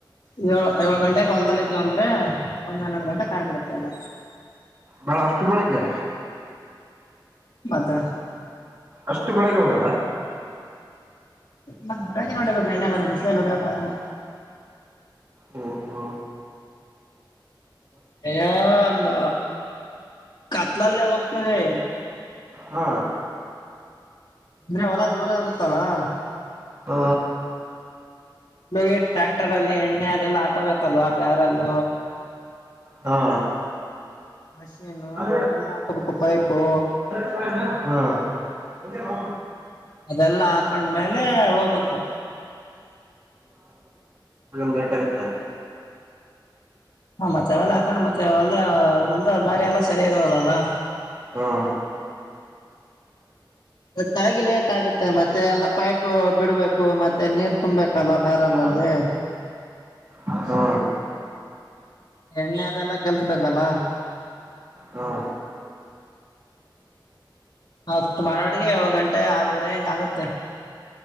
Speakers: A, on the left (about 70°); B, on the right (about 50°).
A: ಏ ಏಳು ಗಂಟೆಗೆ ಹೊಲ್ದಲ್ಲ ಇದ್ವ ಅಂದ್ರೆ ಒಂದ್ ಹನ್ನೆರಡು ಗಂಟೆ ಕಾಯ್ಬ ಬಿಡತವಲ್ಲ.
B: ಬಳ ಅಷ್ಟು ಬೆಳಿಗ್ಗೆ?
A: ಮತ್ತೆ
B: ಅಷ್ಟು ಬೆಳಗ್ಗೆ ಹೋಗಲ್ಲ?
A: ಮೋ ಬಂದ ಎಲ್ಲೋಡಲ್ಲ
B: ಹ್ಮ ಹ್ಮ
A: <inaudible> ಅಂದ ಕತ್ಲಲ್ಲ ಬಕ್ತದೆ
B: ಹ್ಮ
A: ಅಂದ್ರೆ ಹೊಲಾ ದೂರ ಇರುತ್ತಲ್ಲಾ‌.
B: ಹ್ಮ
A: ಇ ಟ್ರ್ಯಾಕ್ಟರ್ ಅಲ್ಲಿ ಎಣ್ಣೆ ಅದೆಲ್ಲಾ ಹಾಕೋಬೇಕಲ್ವಾ ಬ್ಯಾರಲ್ಲ
B: ಹಾ
A: ಮಷನು
B: ಹಾ
A: ಅವವೆಲ್ಲ ಆಕಪಕ್ಕ ಪೈಪು
B: ಹ್ಮ ಮೆ ಹ
A: ಅದೆಲ್ಲಾ ಹಾಕೊಂಡ್ಮೇಲೆ ಹೋಗ್ಬೇಕು
B: ಲೇಟ್ ಆಗುತ್ತೆ
A: ಹಾ ಮತ್ತೆ ಅವೆಲ್ಲ ಹಾಕೊಂಡು ಮತ್ತೆ ಒದ ಒದ ದಾರಿ ಎಲ್ಲಾ ಸರಿಯಾಗಿರೋದಲ್ಲಲ್ಲ?
B: ಹ್ಮ
A: ತ್ತಾಗಿ ಲೇಟ್ ಆಗತ್ತೆ ಮತ್ತೆ ಎಲ್ಲ ಪೈಪ್ ಬಿಡ್ಬೇಕು ಮತ್ತೆ ನೀರ್ ತುಂಬ್ಬೇಕಲ್ಲ ಬೇರೆಲ್ಲಲ್ಲಿ
B: ಹ್ಮ ಹಾ
A: ಎಣ್ಣೆ ಅದೆಲ್ಲಾ ಕೆಲ್ಸಡ್ಲ್ಲ
B: ಹಾ
A: ಅಷ್ಟು ಮಾಡಾಟಿಗೆ ಏಳು ಗಂಟೆ ಆರೂವರೆ ಹಿಂಗ್ ಆಗತ್ತೆ.